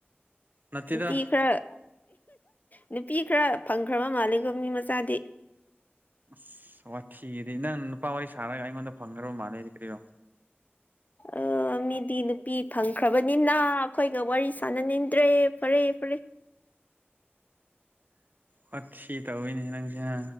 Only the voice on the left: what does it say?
ꯅꯨꯄꯤ ꯈꯔ ꯅꯨꯄꯤ ꯈꯔ ꯐꯪꯈ꯭ꯔꯕ ꯃꯥꯂꯦꯀꯣ ꯃꯤ ꯃꯆꯥꯗꯤ
ꯑ ꯃꯤꯗꯤ ꯅꯨꯄꯤ ꯐꯪꯈ꯭ꯔꯕꯅꯤꯅ ꯑꯩꯈꯣꯏꯒ ꯋꯥꯔꯤ ꯁꯥꯟꯅꯅꯤꯡꯗ꯭ꯔꯦ ꯐꯔꯦ ꯐꯔꯦ